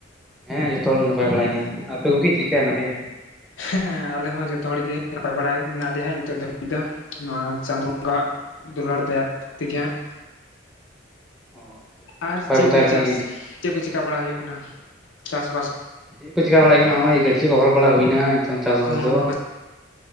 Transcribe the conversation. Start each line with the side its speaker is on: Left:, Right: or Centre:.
Centre: ᱦᱮᱸ ᱡᱷᱚᱛᱚ ᱦᱚᱲ ᱜᱤ ᱱᱟᱯᱟᱭ ᱵᱟᱲᱟ ᱜᱮᱭᱟ ᱟᱯᱮ ᱠᱚᱜᱤ ᱪᱮᱜ ᱠᱟ ᱦᱮᱱᱟᱜ ᱯᱮᱭᱟ᱾
Left: ᱦᱮᱸ ᱟᱞᱮ ᱦᱚᱸ ᱡᱷᱚᱛᱚ ᱦᱚᱲ ᱜᱤ ᱱᱟᱯᱟᱭ ᱵᱟᱲᱟᱭ ᱢᱮᱱᱟᱜ ᱞᱮᱭᱟ ᱦᱮᱸ ᱱᱤᱛᱚᱜ ᱫᱷᱟᱹᱵᱤᱡ ᱫᱚ ᱱᱚᱣᱟ ᱪᱟᱸᱫᱳ ᱵᱚᱸᱜᱟᱣᱟᱜ᱾ ᱫᱩᱞᱟᱹᱲ ᱫᱟᱭᱟ ᱛᱮᱜᱤ ᱦᱟᱸᱜ᱾
Centre: <unintelligible>
Left: ᱟᱨ ᱪᱮᱜ
Centre: ᱛᱟᱦᱮᱸ
Left: ᱠᱩ
Centre: ᱞᱮᱠᱷᱟᱡ
Left: ᱪᱟᱥ
Centre: ᱜᱮ
Left: ᱪᱮᱜ ᱠᱩ ᱪᱮᱠᱟ ᱵᱟᱲᱟ ᱦᱳᱭᱳᱜ ᱠᱟᱱᱟ ᱪᱟᱥᱵᱟᱥ᱾
Centre: ᱪᱮᱜ ᱠᱚ ᱪᱮᱠᱟ ᱵᱟᱲᱟᱭ ᱦᱩᱭᱩᱜ ᱠᱟᱱᱟ ᱦᱸᱚᱜ-ᱚᱭ ᱜᱟᱹᱪᱷᱤ ᱜᱚᱦᱚᱲ ᱵᱟᱲᱟ ᱦᱩᱭᱱᱟ ᱱᱤᱛᱚᱝ ᱪᱟᱥᱵᱟᱥ
Left: ᱠᱚᱦᱚᱸ
Centre: ᱫᱚ᱾